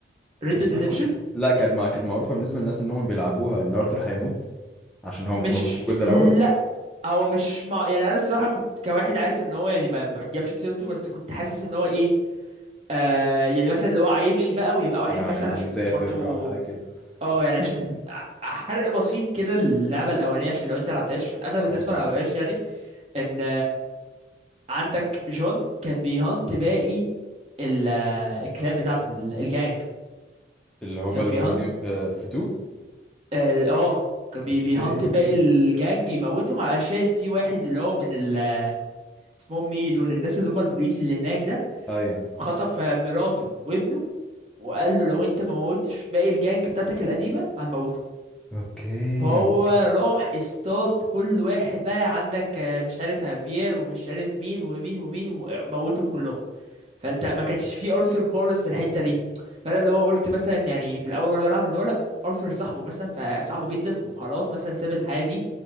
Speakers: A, on the right; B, in the centre.
A: ريد
B: اصل
A: ديد
B: انا
A: ريدمشن
B: كنت لا كانت مع... كانت معروفه بالنسبه للناس ان هم بيلعبوها ان ارثر هيموت عشان هو مش
A: مش
B: موجود في الجزء الاول
A: لا هو مش مع... يعني انا الصراحه كنت كواحد عارف ان هو يعني ما ما بتجيبش سيرته بس كنت حاسس ان هو ايه آه يعني مثلا لو هو هيمشي بقى ويبقى واحد
B: يعني
A: مثلا عشان
B: سافر
A: برضو
B: او حاجه كده
A: اه
B: <laughs>
A: يعني عشان ع- حرق بسيط كده اللعبه الاولانيه عشان لو انت لعبتهاش عشان اغلب الناس
B: عادي
A: ما لعبهاش
B: عادي
A: يعني ان عندك جون كان بيهانت باقي ال- الكلان بتاعته ال- الجانج
B: اللي هما
A: كان
B: اللي
A: بيهانت
B: موجودين في في 2
A: ال- اه كان بي
B: اوكي
A: بيهانت باقي الجانج يموتهم علشان في واحد اللي هو من ال اسمهم ايه دول الناس اللي هم البوليس اللي هناك ده
B: ايوه
A: خطف مراته وابنه وقال له لو انت ما موتش باقي الجانج بتاعتك القديمة هنموتهم
B: اوكي
A: فهو راح اصطاد كل واحد بقى عندك آه، مش عارف هافير ومش عارف مين ومين ومين وموتهم كلهم فانت ما كانش فيه ارثر خالص في الحته دي فانا اللي هو قلت مثلا يعني في الاول مره بلعب اللي هو لا ارثر صاحبه مثلا فصاحبه جدا وخلاص مثلا ساب الحياه دي